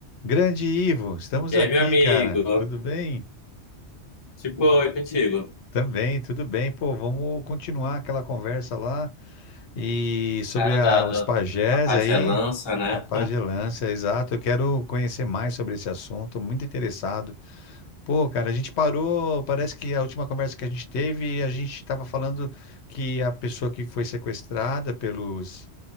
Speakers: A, on the left; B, on the left.
A: Grande Ivo, estamos
B: E
A: aqui,
B: aí, meu amigo?
A: cara. Tudo bem?
B: Tipo, oi contigo.
A: Também, tudo bem. Pô, vamos continuar aquela conversa lá e sobre
B: Cara
A: a-
B: da,
A: os
B: da,
A: pajés
B: da pagelança,
A: aí,
B: né?
A: a pagelância, exato. Eu quero conhecer mais sobre esse assunto, muito interessado. Pô, cara, a gente parou, parece que a última conversa que a gente teve, a gente estava falando que a pessoa que foi sequestrada pelos,